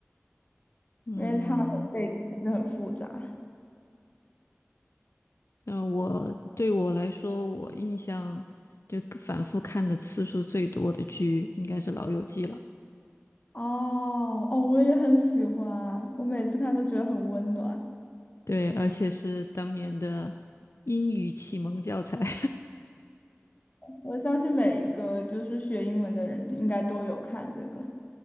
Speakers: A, on the left; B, on the left.
A: <laughs> 嗯，
B: 因为她的背景是很复杂。
A: 那我对我来说，我印象就反复看的次数最多的剧应该是《老友记》了。
B: 哦哦，我也很喜欢，我每次看都觉得很温暖。
A: 对，而且是当年的英语启蒙教材。<laughs>
B: 我相信每一个就是学英文的人应该都有看这个